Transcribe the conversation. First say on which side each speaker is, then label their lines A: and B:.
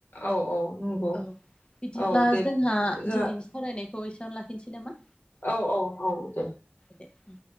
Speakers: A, on the left (about 55°); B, on the left (about 25°).
A: औ औ। नंगौ
B: औ बिदिब्ला
A: औ दे
B: जोंहा
A: जोंहा
B: दिनैनि फरायनायखौ एसेआवनो लाखि नोसै नामा?
A: औ औ औ दे।
B: उम।